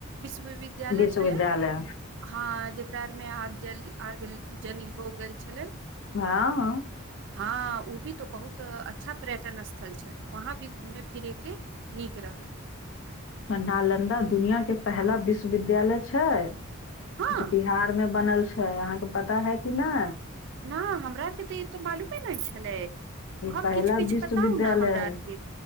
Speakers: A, on the right (about 55°); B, on the left (about 60°).
A: विश्वविद्यालय
B: विश्वविद्यालय
A: छले हा मे आग जल आग जन हो गेल छल
B: ह
A: हँ उ भी तो बहुत अच्छा पर्यटन स्थल छ वहा भी घूमे फिरे के नीक रह
B: नालन्दा दुनिया के पहला विश्वविद्यालय छ जे
A: हँ
B: बिहार में बनल छै अहाँके पता है कि न
A: नाह हमरा आरके तऽ ई तो मालूमे नहि छल
B: ई
A: ओर
B: पहिला
A: किछ किछ
B: विश्वविद्यालय
A: बताउ ने हमरा
B: है
A: आरक